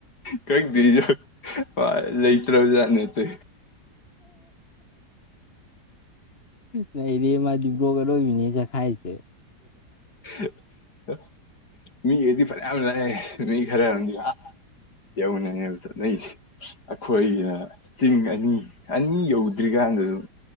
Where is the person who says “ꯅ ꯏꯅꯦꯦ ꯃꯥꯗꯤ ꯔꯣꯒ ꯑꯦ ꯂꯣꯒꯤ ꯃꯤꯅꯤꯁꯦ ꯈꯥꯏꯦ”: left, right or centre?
Left